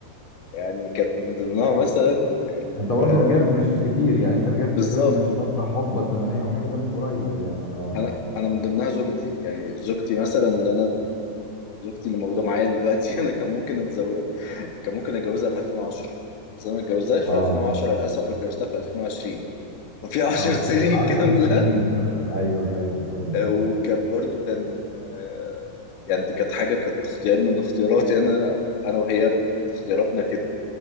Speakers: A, on the left; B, on the left.
A: يعني كانت من ضمنها مثلا ال-
B: انت برضو
A: آه،
B: رجعت مش كتير يعني انت رجعت
A: بالظبط
B: بالزمن مش فترة حقبة زمنية او حاجة ده من قريب يعني اه
A: انا انا من ضمنها زوجتي يعني زوجتي مثلا اللي انا زوجتي اللي موجوده معايا دلوقتي <laughs> انا كان ممكن اتزوج كان ممكن اتجوزها في 2010 بس انا ما اتجوزتهاش
B: اه
A: في 2010 للاسف اتجوزتها في 2020 ففي 10
B: اه
A: سنين
B: فرق 10
A: <laughs> كامله
B: سنين فرق ايوه ايوه ايوه
A: آه، وكان برضو كان آه، يعني دي كانت حاجه كانت اختيار من اختياراتي انا انا وهي كانت اختياراتنا كده